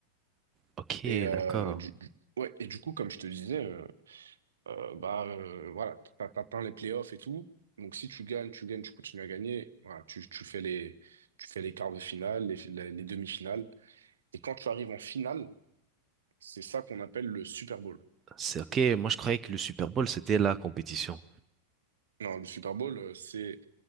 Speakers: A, on the right; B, on the right.
A: Ok,
B: Et, euh,
A: d'accord.
B: du, du- ouais, et du coup, comme je te disais, euh, euh, bah, euh, voilà, t'as- t'atteins les playoffs et tout. Donc, si tu gagnes, tu gagnes, tu continues à gagner. Voilà, tu, tu fais les, tu fais les quarts de finale, les, les- les demi-finales. Et quand tu arrives en finale, c'est ça qu'on appelle le Super Bowl.
A: C'est ok. Moi, je croyais que le Super Bowl, c'était la compétition.
B: Non, le Super Bowl, euh, c'est